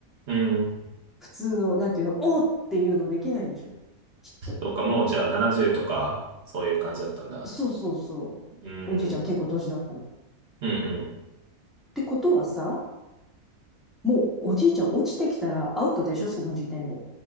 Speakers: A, on the right (about 50°); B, in the centre.
A: うん。
B: 普通の、なんていうの、おーっていうのできないでしょ。きっと。
A: そっか、もうじゃあ70とか、そういう感じだったんだ。
B: そうそうそう。
A: うん、
B: おじいちゃん結構年だったの。
A: うん、
B: っ
A: うん、
B: てことはさ、もうおじいちゃん落ちてきたらアウトでしょ、その時点で。